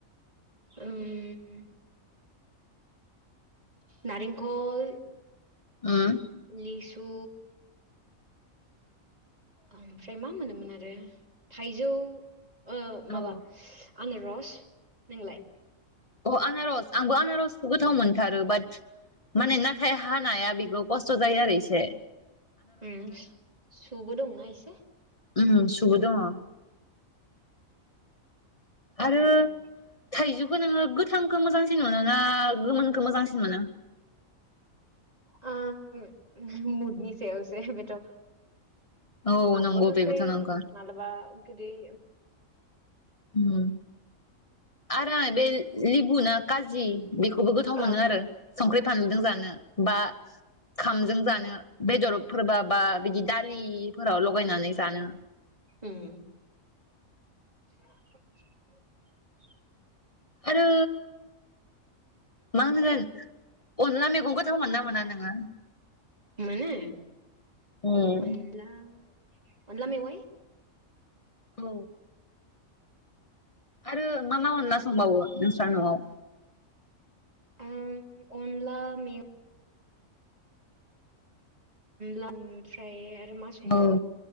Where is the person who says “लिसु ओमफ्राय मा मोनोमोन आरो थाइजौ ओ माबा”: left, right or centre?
Right